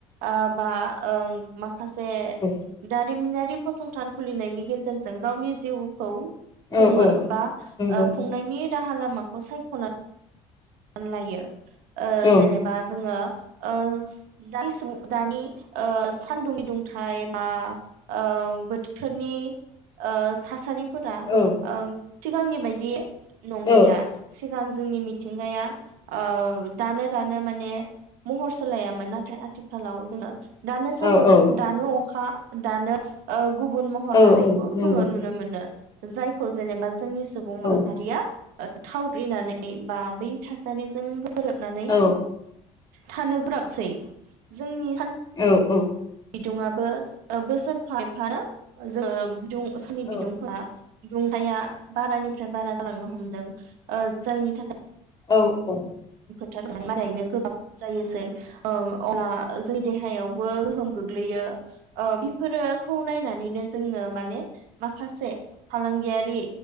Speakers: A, on the right (about 75°); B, on the left (about 30°).
A: ओ बा ओं माखासे दा
B: औ
A: जारिमिनारि फसंथान खुलिनायनि गेजेरजों गावनि जिउखौ खुङो
B: औ औ
A: बा
B: नंगौ
A: ओ खुंनायनि राहा लामाखौ सायख'नानै रानलायो ओ
B: औ
A: जेनेबा जोङो ओ दा दानि सान्दुंनि दुंथ बा ओ बोथोरनि ओ थासारि फोरा
B: औ
A: ओं सिगांनि बायदि नंलिया
B: औ
A: सिगां जोंनि मिथि मिथिंगाया ओ दानो दानो माने महर सोलायामोन नाथाय आथिखालाव जोङो दानो सान्दुं
B: औ औ
A: दानो अखा दानो ओ गुबुन महर
B: औ
A: लानायखौ
B: औ नंगौ
A: जोङो नुनो मोनो जायखौ जेनेबा जो जोंनि सुबुं
B: औ
A: माहारिया ओ थावग्रिनानै बा बै थासारिजों गोरोबनानै
B: औ
A: थानो गोराबसै जोंनि
B: औ औ।
A: बिदुुंआबो ओ बोसोर फा एफा नो जो बिदुं असनि
B: औ
A: बिदुंफ्रा दुंथाया बारानिफ्राय बारा जालांनो हमदों ओ जायनि थाखाय
B: औ औ।
A: थारै मारैनो गोब्राब जायोसै अब्ला जोंनि देहायावबो गोहोम गोग्लैयो ओ बेफोरोखौ नायनानैनो जोङो माने माखासे फालांगियारि